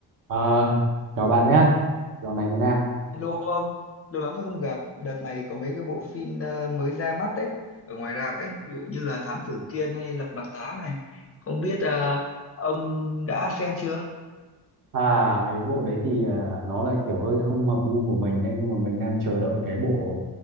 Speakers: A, on the right; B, on the left.
A: Ờ, chào bạn nhé. Dạo này thế nào?
B: Hello ông, lâu lắm rồi không gặp. Đợt này có mấy cái bộ phim ờ, mới ra mắt đấy, ở ngoài rạp ấy, ví dụ như là Thám Tử Kiên hay Lật Mặt Tám này. Không biết ờ, ông đã xem chưa?
A: À, mấy bộ đấy thì ờ, nó lại kiểu hơi không hợp gu của mình đấy, nhưng mà mình đang chờ đợi cái bộ